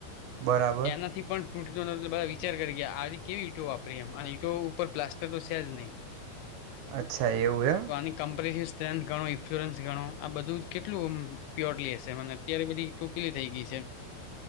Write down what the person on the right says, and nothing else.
બરાબર
અચ્છા એવું એમ